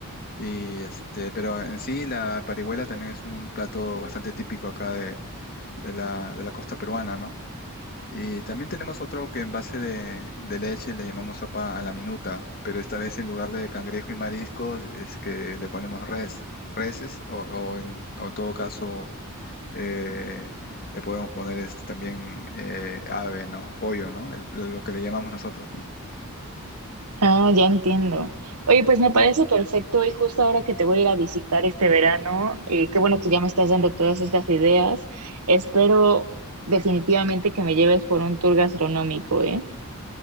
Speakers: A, on the left; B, on the right.
A: Y este, pero en sí la parihuela también es un plato bastante típico acá de, de la, de la costa peruana, ¿no? Y también tenemos otro que en base de, de leche le llamamos sopa a la minuta, pero esta vez en lugar de cangrejo y mariscos es que le ponemos res, reses o, o en, o en todo caso eh, le podemos poner este, también eh, ave, ¿no? Pollo, ¿no? El- lo que le llamamos nosotros.
B: Ah, ya entiendo. Oye, pues me parece perfecto y justo ahora que te voy a ir a visitar este verano, eh, qué bueno que ya me estás dando todas estas ideas. Espero definitivamente que me lleves por un tour gastronómico, ¿eh?